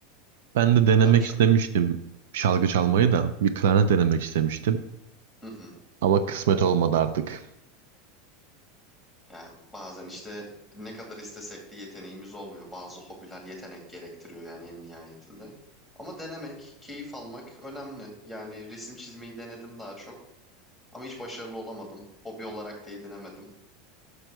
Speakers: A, on the right; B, in the centre.
A: ben de denemek
B: daha çok.
A: istemiştim şalgı çalmayı da bir klarnet denemek istemiştim
B: <laughs>
A: ama kısmet olmadı artık.
B: Ya bazen işte ne kadar istesek de yeteneğimiz olmuyor. Bazı hobiler yetenek gerektiriyor yani en nihayetinde. Ama denemek, keyif almak önemli. Yani resim çizmeyi denedim daha çok. Ama hiç başarılı olamadım. Hobi olarak da edinemedim.